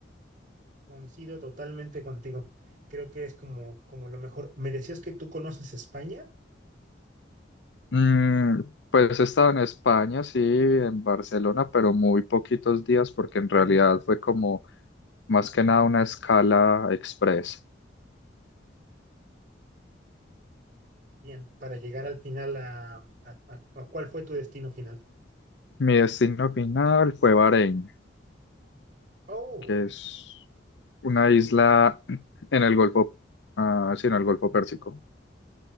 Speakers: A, on the right; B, on the left.
A: coincido totalmente contigo. Creo que es como, como lo mejor. Me decías que tú conoces España,
B: Mm, pues he estado en España, sí, en Barcelona, pero muy poquitos días porque en realidad fue como más que nada una escala express.
A: bien, para llegar al final a, a, a- a cuál fue tu destino final.
B: Mi destino final fue Bahrein,
A: Oh,
B: que es una isla <clears throat> en el Golfo, ah, sí, en el Golfo Pérsico.